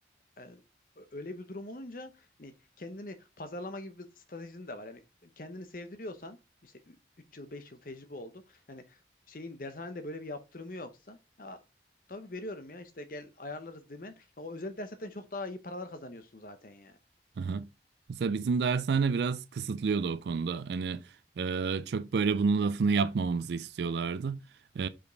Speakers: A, on the left; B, on the right.
A: Yani ö- öyle bir durum olunca hani kendini pazarlama gibi bir stratejin de var. Yani kendini sevdiriyorsan işte 3 yıl 5 yıl tecrübe oldu. Hani şeyin dershanede böyle bir yaptırımı yoksa ya, tabii veriyorum ya işte gel ayarlarız demen. Ya o özel derslerden çok daha iyi paralar kazanıyorsun zaten yani.
B: Aha. Mesela bizim dershane biraz kısıtlıyordu o konuda. Hani e, çok böyle bunun lafını yapmamamızı istiyorlardı. E,